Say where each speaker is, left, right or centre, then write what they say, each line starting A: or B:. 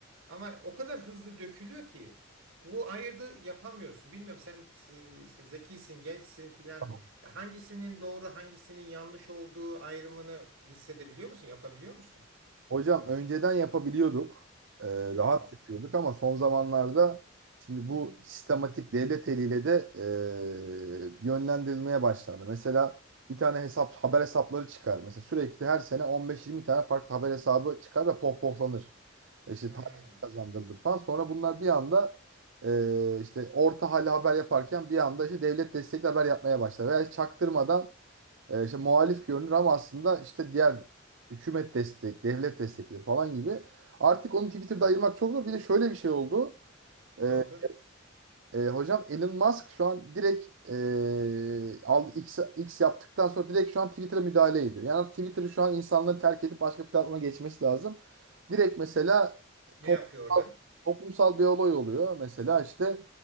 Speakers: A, on the right (about 85°); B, on the right (about 65°).
A: Ama o kadar hızlı dökülüyor ki bu ayırdı yapamıyorsun. Bilmiyorum sen e, işte zekisin, gençsin filan.
B: Aa.
A: Ya Hangisinin doğru, hangisinin yanlış olduğu ayrımını hissedebiliyor musun? Yapabiliyor musun?
B: Hocam önceden yapabiliyorduk. Ee, rahat
A: Hı,
B: yapıyorduk ama son zamanlarda şimdi bu sistematik devlet eliyle de e, yönlendirilmeye başlandı. Mesela bir tane hesap haber hesapları çıkar. Mesela sürekli her sene 15-20 tane farklı haber hesabı çıkar ve pohpohlanır. E İşte
A: hı.
B: takip kazandırılır falan. Sonra bunlar bir anda e, işte orta hali haber yaparken bir anda işte devlet destekli haber yapmaya başlar. Veya hiç çaktırmadan e, işte muhalif görünür ama aslında işte diğer hükümet destek, devlet desteklidir falan gibi. Artık onu Twitter'da ayırmak çok zor. Bir de şöyle bir şey oldu.
A: Ne
B: E,
A: oldu?
B: e, hocam Elon Musk şu an direkt e, aldı X, X yaptıktan sonra direkt şu an Twitter'a müdahale ediyor. Yani artık Twitter'ı şu an insanların terk edip başka platforma geçmesi lazım. Direkt mesela
A: Ne
B: toplumsal,
A: yapıyor orada?
B: toplumsal bir olay oluyor. Mesela işte